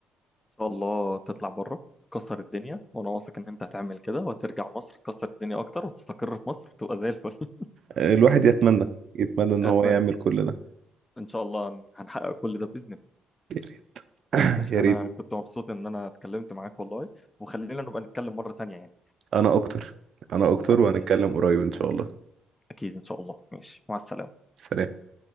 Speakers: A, on the left; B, on the right.
A: ان شاء الله تطلع بره تكسر الدنيا وانا واثق ان انت هتعمل كده وهترجع مصر تكسر الدنيا اكتر وتستقر في مصر تبقى زي الفل <laughs>
B: الواحد يتمنى يتمنى ان
A: اتمنى
B: هو يعمل كل ده
A: ان شاء الله هنحقق كل ده باذن الله
B: يا ريت
A: ماشي،
B: يا
A: انا
B: ريت.
A: كنت مبسوط ان انا اتكلمت معاك والله وخلينا نبقى نتكلم مره تانية يعني
B: انا اكتر انا اكتر
A: حبيبي
B: وهنتكلم قريب ان شاء الله
A: اكيد ان شاء الله ماشي مع السلامه
B: سلام